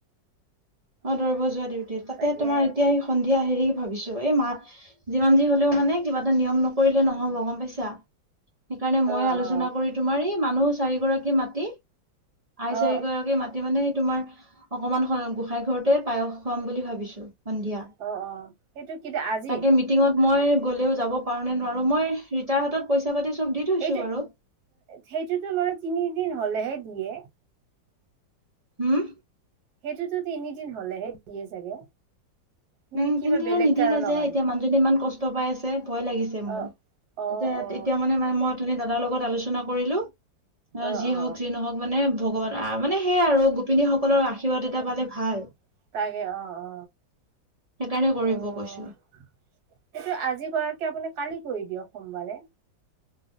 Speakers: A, on the right; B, on the right.
A: অ দৰিব যোৱা ডিউটি দে তাতে
B: তাকে
A: তোমাৰ এতিয়া স সন্ধিয়া হেৰি ভাবিছো এই মা। যিমান যি হ'লেও মানে কিবা এটা নিয়ম নকৰিলে নহ'ব গম পাইছা। সেইকাৰণে মই
B: অ
A: আলোচনা
B: অ
A: কৰি তোমাৰ এই মানুহ চাৰিগৰাকী মাতি আই
B: অ অ
A: চাৰিগৰাকী মাতি মানে সেই তোমাৰ অকমান গোসাই ঘৰতে পায়স খুৱাম বুলি ভাবিছোঁ। সন্ধিয়া,
B: অ অ অ সেইটো কি আজি
A: তাকে মিটিঙত মই গ'লেও যা পাৰোঁ নে নোৱাৰোঁ, মই ৰিতাৰ হাতত পইচা পাতি চব দি থৈছো
B: এইটো,
A: বাৰু
B: সেইটোতো মানে তিনিদিন হলেহে দিয়ে।
A: উম?
B: সেইটোতো তিনিদিন হলেহে দিয়ে চাগে। নে
A: উম
B: কিবা
A: তিনিদিনৰত
B: বেলেগ
A: নিদিলে
B: কাৰণৰ
A: যে
B: কাৰণে
A: এতিয়া মানুহজন ইমান কষ্ট ত' পাই আছে ভয় লাগিছে মোৰ,
B: অ অ
A: এয়া এতিয়া
B: অ
A: মানে মা মই অথনি দাদাৰ লগত আলোচনা কৰিলোঁ, আহ
B: অ
A: যি
B: অ
A: হওক যি নহওক মানে ভগৱান আহ মানে সেয়া আৰু শিপিনীসকলৰ আশীৰ্বাদ এটা
B: অ
A: পালে ভাল।
B: তাকে অ অ
A: সেইকাৰণে কৰিব
B: অ',
A: কৈছো
B: সেইটো আজি কৰাতকে আপুনি কালি কি কৰি দিয়ক সোমবাৰে।